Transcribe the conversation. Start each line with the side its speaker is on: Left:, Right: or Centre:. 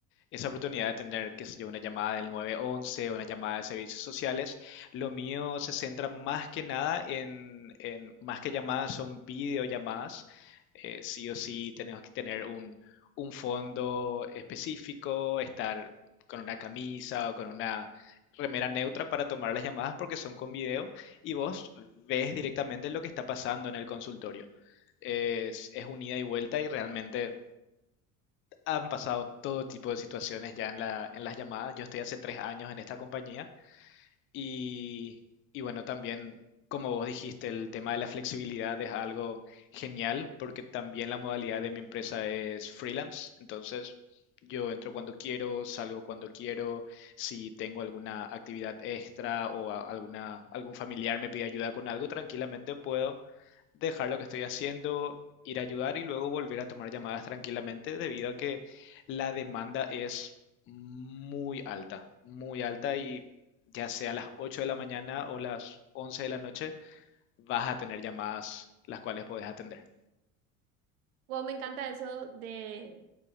Left: esa oportunidad de tener, qué sé yo, una llamada del 911, una llamada de servicios sociales. Lo mío se centra más que nada en, en más que llamadas, son videollamadas. Eh, sí o sí tenemos que tener un, un fondo específico, estar con una camisa o con una remera neutra para tomar las llamadas porque son con video y vos ves directamente lo que está pasando en el consultorio. Es, es un ida y vuelta y realmente han pasado todo tipo de situaciones ya en la, en las llamadas. Yo estoy hace tres años en esta compañía y, y bueno, también, como vos dijiste, el tema de la flexibilidad es algo genial porque también la modalidad de mi empresa es freelance. Entonces, yo entro cuando quiero, salgo cuando quiero. Si tengo alguna actividad extra o a- alguna, algún familiar me pide ayuda con algo, tranquilamente puedo dejar lo que estoy haciendo, ir a ayudar y luego volver a tomar llamadas tranquilamente debido a que la demanda es muy alta, muy alta y ya sea a las 8 de la mañana o las 11 de la noche, vas a tener llamadas las cuales podés atender.
Right: Wow, me encanta eso de